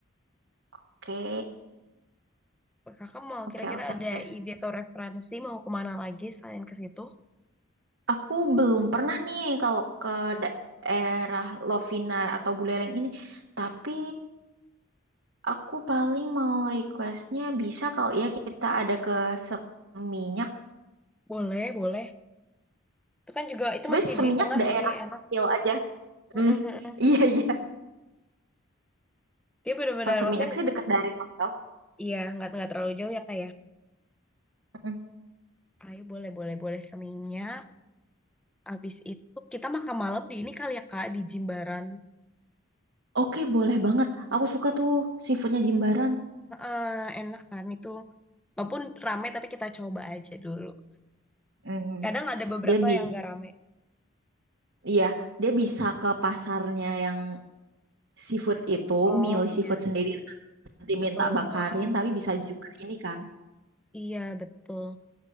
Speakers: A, on the right; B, in the centre.
A: Oke.
B: Kakak mau
A: Oke,
B: kira-kira
A: oke,
B: ada
A: oke.
B: ide atau referensi mau kemana lagi selain ke situ?
A: Aku belum pernah nih kalau ke daerah Lovina atau Buleleng ini, tapi aku paling mau requestnya bisa kalau ya kita ada ke Seminyak
B: Boleh, boleh. Itu kan juga itu
A: Sebenarnya
B: masih
A: seminyak
B: di tengah
A: daerah
B: sih, enak.
A: kecil aja.
B: Heeh,
A: Hmm,
B: heeh.
A: <laughs> iya iya.
B: Dia benar-benar
A: Kalau seminyak
B: maksudnya
A: sih dekat dari hotel.
B: iya nggak nggak terlalu jauh ya kak ya.
A: Mm-mm.
B: Ayo boleh boleh boleh seninya. abis itu kita makan malam di ini kali ya kak di Jimbaran.
A: Oke, boleh banget. Aku suka tuh seafoodnya
B: Iya.
A: Jimbaran.
B: Heeh, enak kan itu. Walaupun rame tapi kita coba aja dulu.
A: Hmm,
B: Kadang ada beberapa
A: dia bi,
B: yang nggak rame.
A: iya dia bisa ke pasarnya yang seafood itu,
B: Oh
A: milih
B: iya
A: seafood sendiri nanti
B: betul.
A: minta bakarin,
B: Heeh,
A: tapi bisa juga ini kan.
B: iya betul.